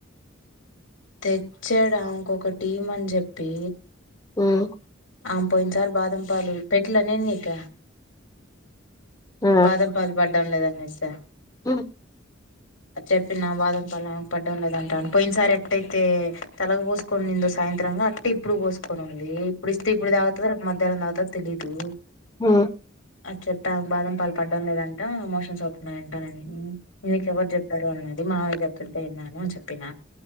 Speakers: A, on the left (about 70°); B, on the left (about 20°).
A: తెచ్చాడా ఇంకొక టీమ్ అని చెప్పి
B: హ
A: ఆ పోయింది సార్ బాదంపలు పెట్ల నేను నీక
B: ఆ
A: బాదం పల్ బ ఇడం లేదు అనేసి
B: <unintelligible>
A: అ చెప్పి నా బాదం పాల పడ్డం లేదంటా అను పోయినసారి అట్ట అయితే తలగ పోసుకొని నిందో సాయంత్రంగా అట్టే ఇప్పుడు పోసుకొని ఉంది ఇప్పుడు ఇస్తే ఇప్పుడు తాగుతుంది లేక పోతే రేపు మధ్యా్యం అంత తెలీదు
B: హ
A: అ చెప్పా బాదం పాలు పడ్డం లేదంటా మోషన్స్ అవుతున్నాయి అంటానని మీీకెవరు చెప్పారు అన్నారు అది మామాయ చెపుతుంటే విన్నాను అని చెప్పిన